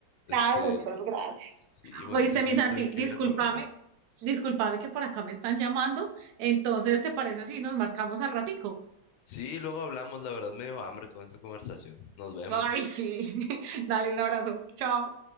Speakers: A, on the left; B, on the right.
A: Este,
B: Ay, muchas gracias.
A: sí, buenísimo.
B: Oíste, mi Santi,
A: Yo también quiero
B: discúlpame,
A: ir a Colombia.
B: discúlpame que por acá me están llamando. Entonces, ¿te parece si nos marcamos al ratico?
A: Sí, luego hablamos. La verdad, me dio hambre con esta conversación. Nos vemos.
B: Ay, sí. <laughs> Dale un abrazo. Chao.